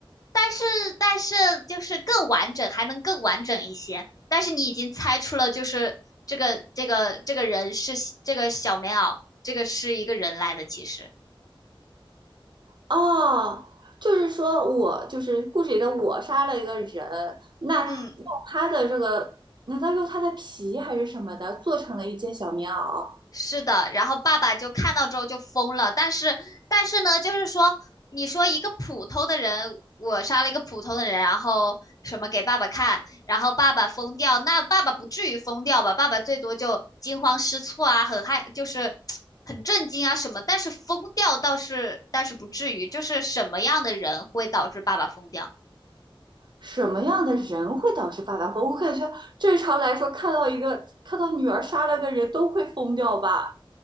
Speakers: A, on the left; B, on the right.
A: 但是但是就是更完整，还能更完整一些，但是你已经猜出了，就是这个这个这个人是这个小棉袄，这个是一个人来的，其实，
B: 哦，就是说我就是故事里的我杀了一个人，那用他的这个，
A: 嗯。
B: 难道用他的皮还是什么的做成了一件小棉袄？
A: 是的，然后爸爸就看到之后就疯了，但是但是呢，就是说，你说一个普通的人，我杀了一个普通的人，然后什么给爸爸看，然后爸爸疯掉，那爸爸不至于疯掉吧？爸爸最多就惊慌失措啊，很害，就是很震惊啊什么，但是疯掉倒是，但是不至于，就是什么样的人会导致爸爸疯掉？
B: 什么样的人会导致爸爸疯？我感觉正常来说，看到一个看到女儿杀了个人都会疯掉吧，